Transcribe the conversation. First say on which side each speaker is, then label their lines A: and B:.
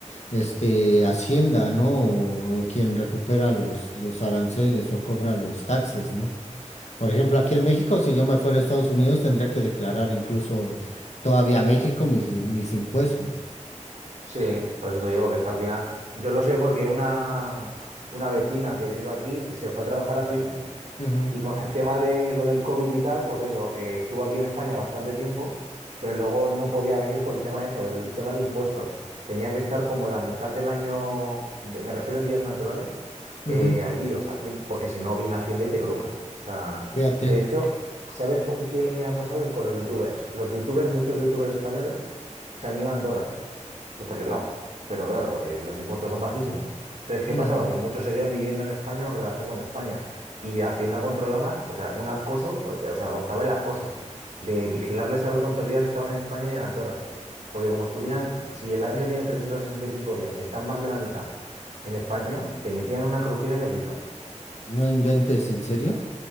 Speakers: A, on the left; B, on the right.
A: este, hacienda, ¿no? O quien recupera los, los aranceles o cobra los taxes, ¿no? Por ejemplo, aquí en México, si yo me fuera a Estados Unidos, tendría que declarar incluso todavía a México mis, mis impuestos.
B: Sí, por eso te digo que es que al final, yo lo sé porque una, una vecina que vive aquí se fue a trabajar a Suiza
A: Ujú,
B: Y con el tema de lo del COVID y tal, pues eso, eh, estuvo aquí en España bastante tiempo, pero luego no podía venir por el tema de eso, del tema de impuestos. Tenía que estar como la mitad del año, de- me refiero en días naturales,
A: ujú,
B: eh, allí, o sea, cien- porque si no viene Hacienda y te cruje. O sea,
A: Fíjate.
B: de hecho, ¿sabes con qué ha pasado? Con los youtubers. Los youtubers, muchos youtubers españoles, se han ido a Andorra que está aquí al lado. Pero claro, eh, los impuestos son bajísimos. Entonces, ¿qué
A: ujú.
B: pasaba? Que muchos seguían viviendo en España o en relación con España. Y Hacienda controlaba, o sea, un acoso, o o sea, rozaba el acoso de vigilarles a ver cuántos días estaban en España y en Andorra. Porque como estuvieran, si el año tiene 365 días y están más de la mitad en España, te metían una crujida que flipas.
A: No inventes, ¿en serio?